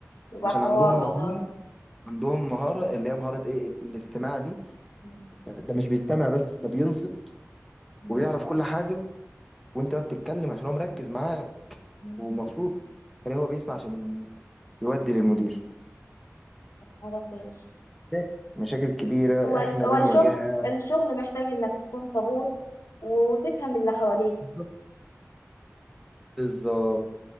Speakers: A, on the left; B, in the centre.
A: يبقى
B: عشان
A: حوار
B: عندهم
A: والله
B: مهارة عندهم مهارة اللي هي مهارة ايه الاستماع دي
A: مم.
B: ده ده مش بيستمع بس ده بينصت
A: مم.
B: ويعرف كل حاجة وانت ما بتتكلم عشان هو مركز معاك
A: مم.
B: ومبسوط تلاقيه هو بيسمع عشان يودي للمدير
A: على خير
B: مشاكل مشاكل كبيرة
A: هو ال...
B: احنا
A: هو
B: بنواجهها
A: الشغل الشغل محتاج انك تكون صبور وتفهم اللي حواليك
B: بالظبط بالظبط.